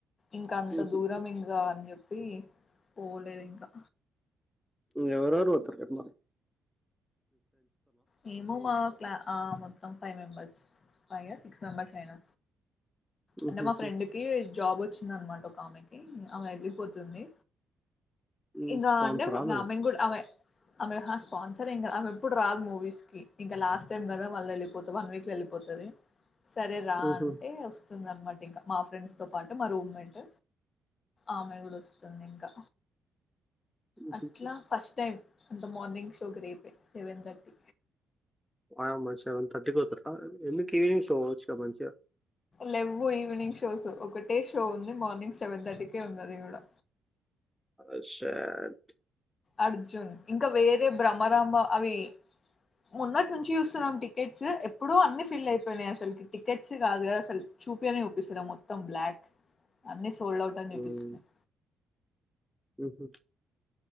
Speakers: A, on the left; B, in the centre.
A: ఇంక అంత
B: హుహు.
A: దూరం ఇంకా అని చెప్పి పోలేదు ఇంకా
B: ఎవరెవరు పోతున్నారు రెప్ మరి
A: మేము మా క్లా ఆ మొత్తం five members five years six members అయినా
B: హుహుహు.
A: అంటే మా ఫ్రెండ్ కి జాబ్ వచ్చింది అనమాట ఒక ఆమెకి ఆమె వెళ్ళిపోతుంది
B: హ్మ్.
A: ఇంకా
B: స్పాన్సరా
A: అంటే
B: ఆమె?
A: నా ఆమెయి కూడా ఆమె ఆమె స్పాన్సర్ ఇంకా ఆమె ఎప్పుడు రాదు మూవీస్ ఇంకా లాస్ట్ టైమ్ కదా వాళ్ళ వెళ్ళిపోతుంది వన్ వీక్ లో వెళ్పోతది సరే రా
B: హుహు.
A: అంటే వస్తుంది అనమాట ఇంకా మా ఫ్రెండ్స్తో పాటు మా రూమ్మేట్ ఆమె కూడా వస్తుంది ఇంకా
B: హుహు.
A: అట్లా ఫస్ట్ టైం అంత మార్నింగ్ షోకి రేపే సెవెన్ థర్టీ
B: ఆమె మా సెవెన్ థర్టీకి పోతారా ఎందుకు ఈవినింగ్స్వచ్చు క మంచిగా
A: లెవ్వు ఈవినింగ్ షోస్ ఒకటే షో ఉంది మార్నింగ్ సెవెన్ థర్టీకే ఉంది అది కూడా
B: ఆ షాట్
A: అర్జున్ ఇంకా వేరే భ్రమరాంబ అవి మొన్నట్నుంచి చూస్తున్నాం టికెట్స్ ఎప్పుడూ అన్ని ఫిల్ అయిపోయినాయి అసల్కి టికెట్స్ కాదు కదా అసల్ చూపి స్తనే చూపిస్తలేవ్ మొత్తం బ్లాక్ అన్ని హోల్డ్ అవుట్ అని
B: హ్మ్.
A: చూపిస్తున్నాయి
B: హుహు.